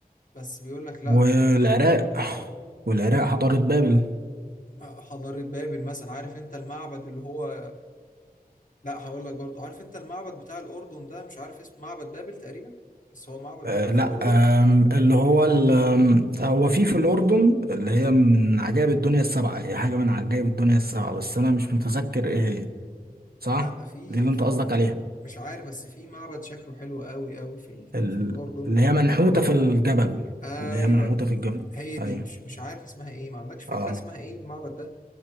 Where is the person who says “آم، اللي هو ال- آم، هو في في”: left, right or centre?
Right